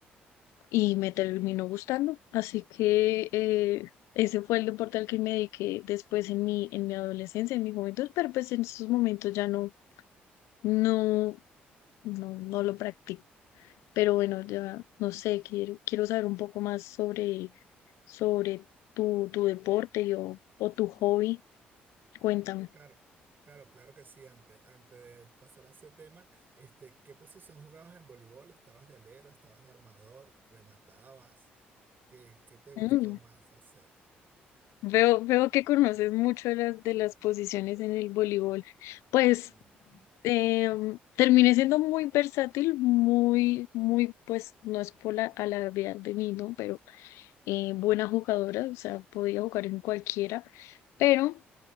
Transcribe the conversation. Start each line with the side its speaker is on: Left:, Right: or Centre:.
Left: y me terminó gustando. Así que eh, ese fue el deporte al que me dediqué después en mi, en mi adolescencia, en mi juventud, pero pues en esos momentos ya no, no, no, no lo practico. Pero bueno, ya no sé, quiero, quiero saber un poco más sobre, sobre tu, tu deporte o, o tu hobby.
Right: ujú.
Left: Cuéntame.
Right: Claro, claro, claro que sí. Antes, antes de pasar a ese tema, este, ¿qué posición jugabas en voleibol? ¿Estabas de alero? ¿Estabas de armador? ¿Rematabas? ¿Qué, qué te gustó
Left: Mm,
Right: más hacer?
Left: Veo, veo que conoces mucho de las, de las posiciones en el voleibol. Pues
Right: Ujú,
Left: em, terminé siendo muy versátil, muy, muy, pues no es por la, alardear de mí, ¿no? Pero eh, buena jugadora, o sea, podía jugar en cualquiera, pero